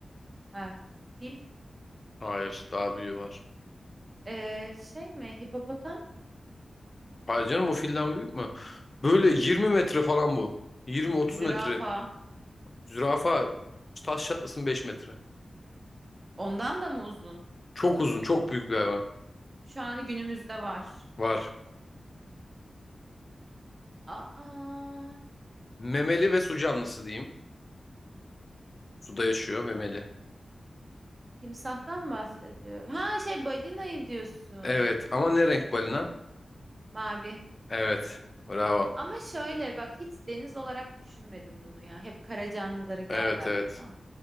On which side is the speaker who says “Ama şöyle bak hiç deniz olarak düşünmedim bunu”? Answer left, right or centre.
Right